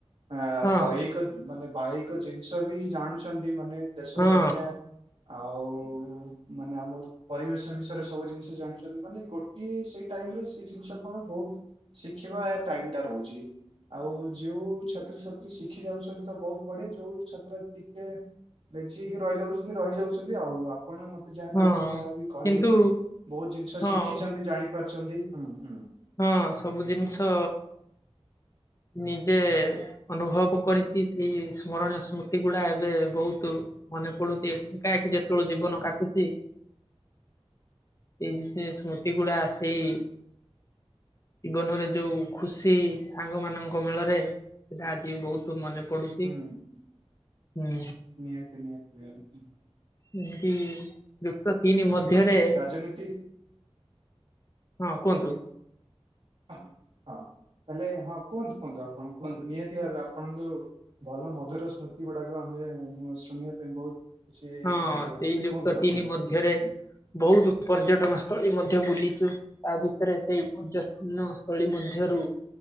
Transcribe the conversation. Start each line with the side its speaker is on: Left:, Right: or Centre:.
Right: ଆ
Left: ହଁ
Right: ବହିକ ମାନେ ବାହିକ ଜିନିଷ ବି ଜାଣୁଛନ୍ତି ମାନେ ଦେଶ
Left: ହଁ
Right: ଦୁନିଆ ଆଉ ମାନେ ଆମ ପରିବେଶ ବିଷୟରେ ସବୁ ଜିନିଷ ଜାଣିଛନ୍ତି ମାନେ ଗୋଟିଏ ସେ ଟାଇମରେ ସେ ଜିନିଷ କଣ ବହୁତ ଦେଖିବା ଏ ଟାଇମ ଟା ରହୁଛି। ଆଉ ଯେଉଁ ଛାତ୍ରଛାତ୍ରୀ ଶିଖି ଯାଉଛନ୍ତି ତ ବହୁତ ବଢ଼େ ଯୋଉ ଛାତ୍ର ଟିକେ ବେଛି ହେଇକି ରହିଯାଉଛନ୍ତି ରହିଯାଉଛନ୍ତି ଆଉ ଆ ଆପଣ ମତେ ଯାହା
Left: ହଁ
Right: ଲାଗୁଛି ଯାହାଵି କହିଲେ
Left: କିନ୍ତୁ
Right: ବହୁତ ଜିନିଷ
Left: ହଁ
Right: ଶିଖିଛନ୍ତି ଜାଣି ପାରିଛନ୍ତି। ହୁଁ ହୁଁ।
Left: ହଁ ସବୁ ଜିନିଷ ନିଜେ ଅନୁଭବ କରିକି ସେଇ ସ୍ମରଣୀୟ ସ୍ମୃତି ଗୁଡା ଏବେ ବହୁତ ମନେ ପଡୁଛି ଏକାଁକି ଯେତେବେଳେ ଜୀବନ କାଟୁଚି ଏଇ ସ୍ମୃତି ଗୁଡା ସେଇ। ଜୀବନରେ ଯୋଉ ଖୁସି ସାଙ୍ଗ ମାନଙ୍କ ମେଳରେ ସେଟା ଆଜି ବହୁତ ମନେ ପଡୁଛି।
Right: ହୁଁ ନିହାତି
Left: ହୁଁ
Right: ନିହାତି ଭାବେ।
Left: ଏମିତି ଯୁକ୍ତ ତିନି ମଧ୍ୟରେ
Right: ରାଜନୀତି
Left: ହଁ କୁହନ୍ତୁ।
Right: ହ ହଁ ହେଲେ ହଁ କୁହନ୍ତୁ କୁହନ୍ତୁ ଆପଣ କୁହନ୍ତୁ ନିହାତି ଭାବେ ଆପଣ ଯ ଭଲ ମଧୁର ସ୍ମୃତି ଗୁଡାକ ଆମେ ଶୁଣିବା ପାଇଁ ବହୁତ ଖୁସି
Left: ହଁ
Right: ଲାଗିବ
Left: ସେଇ
Right: ମତେ
Left: ଯୁକ୍ତ
Right: କୁହନ୍ତୁ
Left: ତିନି
Right: ଆପଣ।
Left: ମଧ୍ୟରେ
Right: ହୁଁ,
Left: ବହୁତ ପର୍ଯ୍ୟଟନ ସ୍ଥଳୀ ମଧ୍ୟ ବୁଲିଛୁ। ତା ଭିତରେ ସେଇ ପର୍ଯ୍ୟଟନ ସ୍ଥଳୀ ମଧ୍ୟରୁ